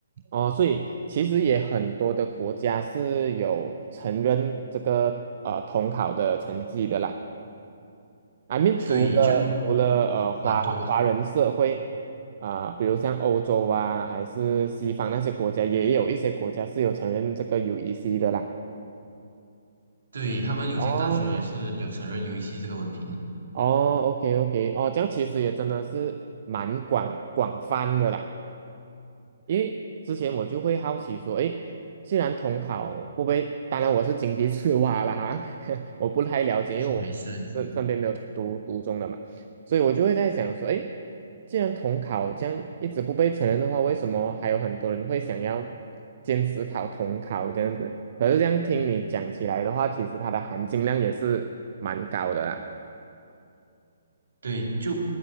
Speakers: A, on the right; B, on the right.
A: 哦，所以其实也很多的国家是有承认这个呃统考的成绩的啦。I mean，除了除了呃华华人社会啊、
B: 对，就蛮多吧。
A: 比如像欧洲啊，还是西方那些国家，也有一些国家是有承认这个 UEC 的啦。
B: 对，他们有些大学也是有承认
A: 哦
B: UEC 这个文凭的，
A: 哦，OK OK，哦，这样其实也真的是蛮广广泛的啦。因为之前我就会好奇说，诶，既然统考会不被，当然我是井底之蛙了哈，<laughs> 我不太了解，
B: 就是没事没事。
A: 因为我身身边没有读读中的嘛，所以我就会在想说，诶，既然统考这样一直不被承认的话，为什么还有很多人会想要坚持考统考这样子？可是这样听你讲起来的话，其实它的含金量也是蛮高的啦。
B: 对，就